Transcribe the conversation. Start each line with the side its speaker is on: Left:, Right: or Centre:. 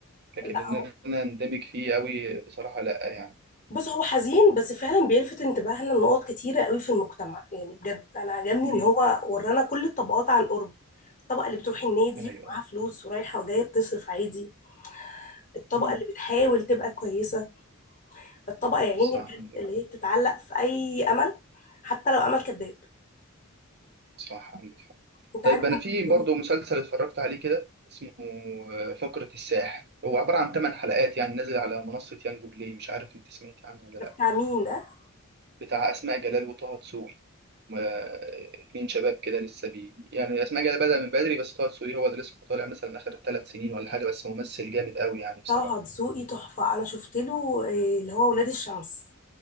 Right: لكن
Left: لا
Right: ان
Left: هو
Right: انا اندمج فيه قوي بصراحه لا يعني
Left: بص هو حزين بس فعلا بيلفت انتباهنا لنقط كتيرة قوي في المجتمع يعني بجد أنا عجبني
Right: امم
Left: إن هو ورانا كل الطبقات عن قرب الطبقة اللي بتروح النادي
Right: ايوه
Left: ومعاها فلوس ورايحة وجاية بتصرف عادي الطبقة
Right: امم
Left: اللي بتحاول تبقى كويسة الطبقة يا عيني
Right: صح
Left: بجد
Right: عندك
Left: اللي
Right: حق.
Left: هي بتتعلق في أي أمل حتى لو أمل كذاب
Right: صح عندك حق.
Left: أنت
Right: طيب
Left: عارف
Right: انا
Left: إن
Right: في
Left: الشريط
Right: برضه مسلسل اتفرجت عليه كده اسمه آه، فقرة الساحل هو عبارة عن 8 حلقات يعني نازل على منصة يانجو بلاي مش عارف انت سمعت عنه ولا
Left: ده
Right: لا
Left: بتاع مين ده؟
Right: بتاع اسماء جلال وطه دسوقي ما- اتنين شباب كده لسه بي يعني اسماء جلال بدأ من بدري بس طه دسوقي هو اللي لسه طالع مثلا اخر ثلاث سنين ولا حاجه بس ممثل جامد قوي يعني بصراحه
Left: طه دسوقي تحفة أنا شفت له إيه، اللي هو ولاد الشمس